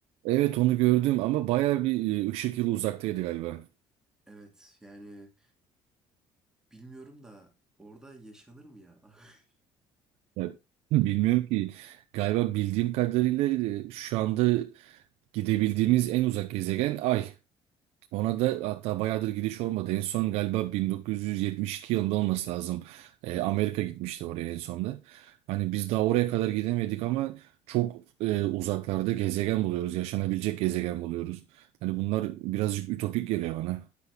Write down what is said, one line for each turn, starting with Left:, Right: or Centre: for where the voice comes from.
Right: Evet onu gördüm ama bayağı bir e, ışık yılı uzaktaydı galiba.
Centre: Evet yani bilmiyorum da orada yaşanır mı ya? <laughs>
Right: Ya, bilmiyorum ki galiba bildiğim kadarıyla e, şu anda gidebildiğimiz en uzak gezegen Ay. Ona da hatta bayağıdır gidiş olmadı. En son galiba 1972 yılında olması lazım. Ee, Amerika gitmişti oraya en sonda. Hani biz daha oraya kadar gidemedik ama çok e, uzaklarda gezegen buluyoruz. Yaşanabilecek gezegen buluyoruz. Hani bunlar birazcık ütopik geliyor bana.